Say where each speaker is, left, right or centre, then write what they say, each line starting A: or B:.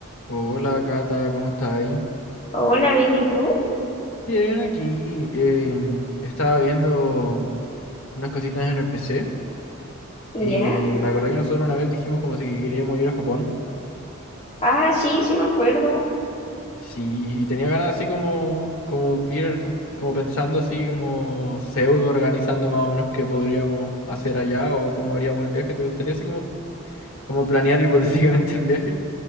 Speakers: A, on the left; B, on the left.
A: Hola Cata, ¿cómo está ahí?
B: Hola, bien, ¿y tú?
A: Bien, aquí em, estaba viendo unas cositas en el PC
B: ¿Ya?
A: y me acordé que nosotros una vez dijimos como si que queríamos ir a Japón.
B: Ah, sí, sí me acuerdo.
A: Sí, y tenía ganas así como, como ir, como pensando así como pseudo organizando más o menos qué podríamos hacer allá o cómo haríamos el viaje. ¿Te gustaría así como, como planear <laughs> hipotéticamente el viaje?